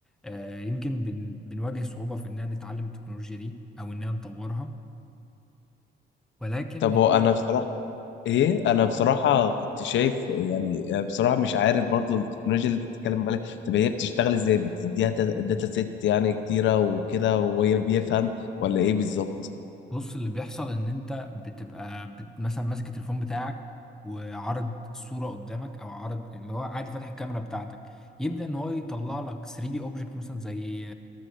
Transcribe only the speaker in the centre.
آه، يمكن بن بنواجه صعوبة في إننا نتعلم التكنولوجيا دي أو إننا نطورها ولكن
هي
بص اللي بيحصل ان انت بتبقى بت مثلا ماسك التليفون بتاعك وعرض صورة قدامك او عرض اللي هو عادي فاتح الكاميرا بتاعتك يبدأ ان هو يطلع لك 3D اوبجكت مثلا زي